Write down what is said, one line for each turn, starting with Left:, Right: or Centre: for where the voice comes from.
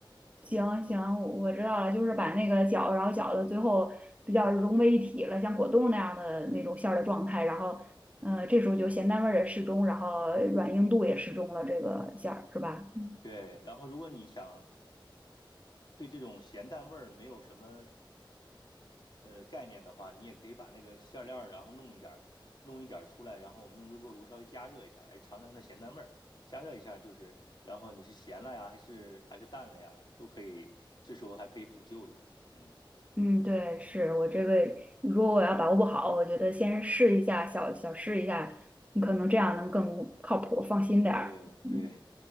Right: 行行，我知道了，就是把那个饺子，然后饺子最后比较融为一体了，像果冻那样的那种馅儿的状态，然后，嗯，这时候就咸淡味儿也适中，然后软硬度也适中了，这个馅儿是吧？嗯，
Left: 对，然后如果你想对这种咸淡味儿没有什么呃概念的话，你也可以把那个馅料儿，然后弄一点儿，弄一点儿出来，然后我们用微波炉稍微加热一下，哎，尝尝它的咸淡味儿。加热一下就是，然后你是咸了呀，还是还是淡了呀，都可以，这时候还可以补救一下。嗯，
Right: 嗯，对，是我这个，如果我要把握不好，我觉得先试一下，小小试一下，你可能这样能更靠谱，放心点儿。
Left: 对对。
Right: 嗯。